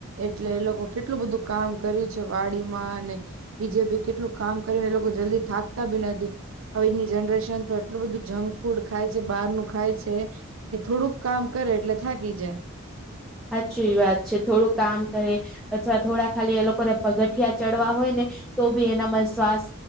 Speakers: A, on the right; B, in the centre.
A: એટલે એ લોકોએ કેટલું બધું કામ કર્યું છે. વાડીમાં અને બીજે બી કેટલુંક કામ કરીને એ લોકો જલ્દી થાકતા બી નથી. આજની જનરેશન તો એટલું બધું જંગ ફૂડ ખાય છે બહાર નું ખાય છે. એ થોડુંક કામ કરે એટલે થાકી જાય.
B: હાચી વાત છે. થોડું કામ કરે અથવ થોડા ખાલી એ લોકોને પગથિયાં ચડવા હોય ને તો બી એનામાં શ્વાસ